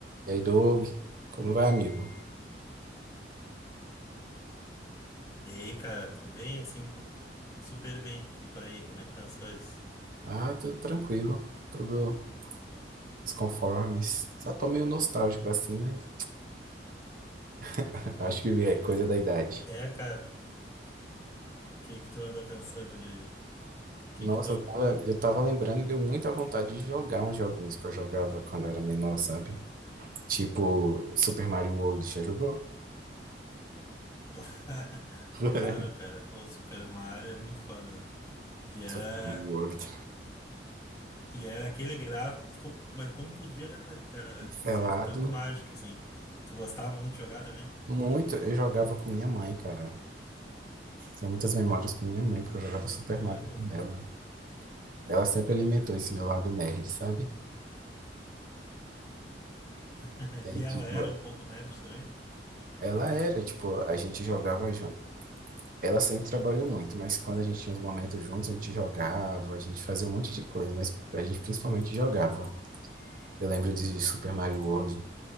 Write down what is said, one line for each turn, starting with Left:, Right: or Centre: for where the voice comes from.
Right: E aí, Doug, como vai, amigo?
Left: E aí, cara, tô bem, assim, pô, super bem. E por aí, como é que estão as coisas?
Right: Ah, tudo tranquilo, tudo nos conformes. Só tô meio nostálgico assim, mas <laughs> acho que é coisa da idade.
Left: É, cara, o que que tu anda pensando de... O que
Right: Nossa,
Left: que tu...
Right: eu tava, eu tava lembrando e deu muita vontade de jogar uns joguinhos que eu jogava quando eu era menor, sabe? Tipo Super Mario World, já jogou?
Left: <laughs>
Right: <laughs>
Left: Claro, cara, pô, Super Mario é muito foda, né? E era...
Right: Super Mario World.
Left: E era aquele gráfico, mas como podia, né, cara,
Right: Pelado?
Left: ser tão mágico, assim. Tu gostava muito de jogar também?
Right: Muito, eu jogava com minha mãe, cara. Tenho muitas memórias com minha mãe, porque eu jogava Super
Left: Olha,
Right: Mario com
Left: cara.
Right: ela. Ela sempre alimentou esse meu lado nerd, sabe?
Left: <laughs>
Right: Aí,
Left: E ela
Right: tipo,
Left: era um pouco nerd também?
Right: Ela era, tipo, a gente jogava junto. Ela sempre trabalhou muito, mas quando a gente tinha os momentos juntos, a gente jogava, a gente fazia um monte de coisa, mas a gente principalmente jogava. Eu lembro de Super Mario World,